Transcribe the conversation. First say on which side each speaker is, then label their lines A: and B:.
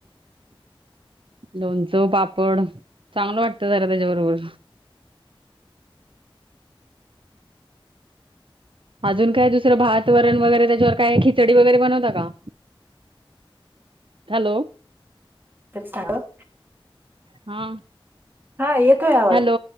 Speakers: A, on the right; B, on the right.
A: लोणचं, पापड चांगलं वाटत जरा त्याच्याबरोबर. अजून काय दुसरं भात, वरण वगैरे त्याच्यावर काय खिचडी वगैरे बनवता का? हॅलो
B: तर साध
A: हां
B: हा येतोय आ
A: हॅलो